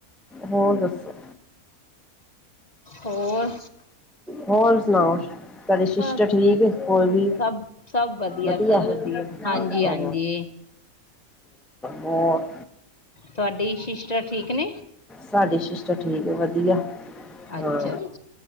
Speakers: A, in the centre; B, on the left (about 35°).
A: ਹੋਰ ਦੱਸੋ
B: ਹੋਰ।
A: ਹੋਰ ਸੁਣਾਓ। ਤੁਹਾਡੀ ਸ਼ਿਸ਼ਟਰ
B: ਬਸ
A: ਠੀਕ ਏ, ਹੋਰ ਵੀ
B: ਸਭ ਸਭ
A: ਵਧੀਆ।
B: ਸਭ
A: ਠੀਕ ਆ
B: ਹਾਂਜੀ ਹਾਂਜੀ
A: ਹੋਰ
B: ਤੁਹਾਡੀ ਸਿਸ਼ਟਰ ਠੀਕ ਨੇ?
A: ਸਾਡੇ ਸਿਸਟਰ ਠੀਕ ਆ ਵਧੀਆ। ਹਾਂ
B: ਅੱਛਾ ਜੀ।